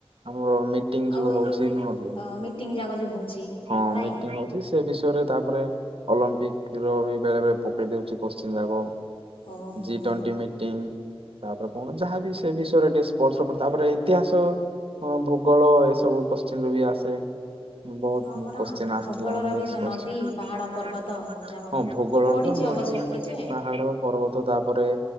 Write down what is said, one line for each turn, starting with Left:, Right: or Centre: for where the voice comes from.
Right: ଆମର ମି ମିଟିଂ
Left: ଆଉ
Right: ଯୋଉ
Left: ଏଇ
Right: ହଉଛି ନୁହ
Left: ମିଟିଂ ଯାକ ଯୋଉ ହଉଛି
Right: ହଁ
Left: ନାଇଁ
Right: ମିଟିଂ ହଉଛି। ସେ ବିଷୟରେ ତାପରେ ଅଲମ୍ପିକ ର ବି ବେଳେ ବେଳେ ପକେଇ ଦଉଛି କୋତ୍ସିନ ଯାକ।
Left: ଓହୋ
Right: ଜି ଟୋଣ୍ଟି ମିଟିଂ ତାପରେ କଣ ଯାହା ବି ସେ ବିଷୟରେ ଟିକେ ସ୍ପର୍ ତାପରେ ଇତିହାସ ଭୋଗ ଳ ଏ ସବୁ କୋଶ୍ଚିିନ ରୁ ବି ଆସେ। ବହୁତ
Left: ହଁ ପରା
Right: କୋଶ୍ଚିନ୍ ଆସିଥିଲା
Left: ଭୂଗୋଳର
Right: ମିକ୍ସ
Left: ବି ସେ
Right: କୋ
Left: ନଦୀ ପାହାଡ଼ ପର୍ବତ ଏଯାକ
Right: ଭୂଗୋଳର
Left: ହଁ ପଢିଛି
Right: ତ ନଦୀ
Left: ଅବଶ୍ୟ ଟିକେ ଯେ
Right: ପାହାଡ ପର୍ବତ ତାପରେ